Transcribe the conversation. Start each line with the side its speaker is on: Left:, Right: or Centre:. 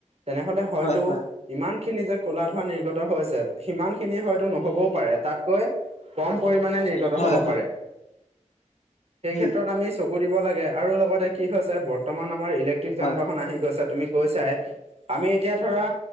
Right: তেনেহলে হয়তো-
Left: হয় হয় হয়
Right: ইমান খিনি যে কলা ধোৱা নিৰ্গত হৈছে, সিমান খিনি হয়তো নহবওঁ পাৰে। তাতকৈ- কম পৰিমাণে নিৰ্গত
Left: হয়
Right: হব
Left: হয়
Right: পাৰে। সেই
Left: উম
Right: ক্ষেত্ৰত আমি চকু দিব লাগে আৰু লগতে কি হৈছে বৰ্তমান আমাৰ ইলেক্ট্ৰিক যান
Left: হয়
Right: বাহন আহি গৈছে, তুমি- কৈ চাই, আমি এতিয়া ধৰা